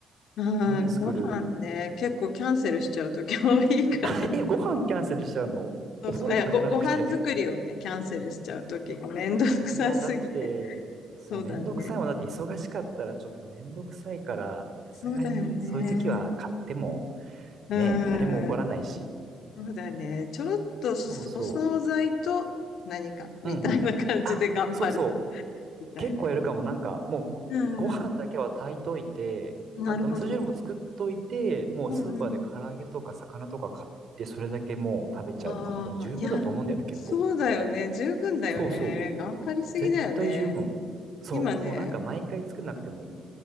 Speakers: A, on the left; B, on the right.
A: うん、
B: 何作る
A: ご飯ね。結構キャンセルしちゃうとき多いから。
B: <laughs> え、ご飯キャンセルしちゃうのお風呂とかじゃなくて
A: そうそう。え、ご、ご飯作りをね、キャンセルしちゃうときがめんどくさすぎて。
B: <laughs> いや、だって、そう、
A: そうだね。
B: めんどくさいもん。だって忙しかったらちょっとめんどくさいから、さすがにそういう時は買っても
A: そうだよね。う
B: ね、誰も怒らないし。
A: ん。そうだね。ちょろっとそお惣菜と何かみたいな感じで頑張る
B: そうそう。うんうん。あ、そうそう。
A: みたいな。
B: 結構やるかも。なんか、もう、
A: うん。
B: ご飯だけは炊いといて、
A: なるほど。
B: あと、味噌汁も作っといて、もうスーパーで唐揚げとか魚とか買って、
A: うんうん。
B: それだけもう食べちゃうかも。
A: わあ、
B: でも十分だと思うんだよね、
A: いや、
B: 結構。
A: そうだよね。十分だよね。
B: そうそう。
A: 頑張りすぎだよね。
B: 絶対十分。そう。
A: 今ね、
B: もうなんか毎回作んなくてもいい。